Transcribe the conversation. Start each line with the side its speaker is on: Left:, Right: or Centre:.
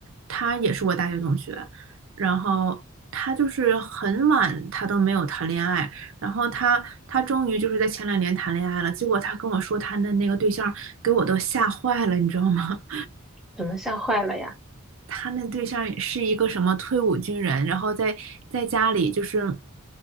Right: 他也是我大学同学，然后他就是很晚他都没有谈恋爱，然后他他终于就是在前两年谈恋爱了，结果他跟我说他的那个对象给我都吓坏了，你知道吗？
Centre: 怎么吓坏了呀？
Right: 他那对象是一个什么退伍军人，然后在在家里就是